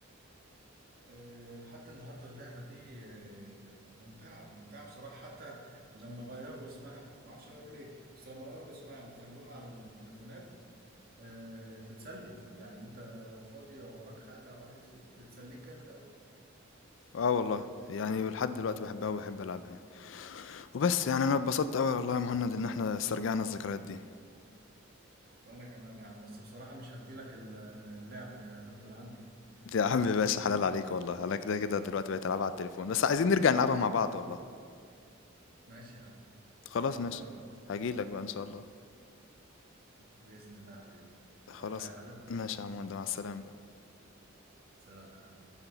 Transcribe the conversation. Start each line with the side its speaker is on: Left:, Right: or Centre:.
Right: أه لحد النهارده اللعبه دي أه ممتعه ممتعه بصراحه حتى لما غيروا اسمها ما اعرفش غيروا ليه بس لما غيروا اسمها وخلوها على التليفونات أه بتسلي يعني انت لو فاضي او وراك حاجه او عايز بتسليك جامد قوي
Left: اه والله يعني لحد دلوقتي بحبها وبحب العبها يعني وبس يعني انا اتبسطت قوي والله يا مهند ان احنا استرجعنا الذكريات دي
Right: وانا كمان يا عم بس بصراحة مش هديلك ال- اللعبة هي هتفضل عندي
Left: يا عم باشا حلال عليك والله انا كده كده دلوقتي بقيت العبها على التليفون بس عايزين نرجع نلعبها مع بعض والله
Right: ماشي يا عم تعالى
Left: خلاص
Right: لي
Left: ماشي
Right: في اي وقت
Left: هجيلك بقى ان شاء الله
Right: بإذن الله يا حبيبي عايز
Left: خلاص
Right: اي حاجة
Left: ماشي يا عم مع السلامة
Right: سلام يا حبيبي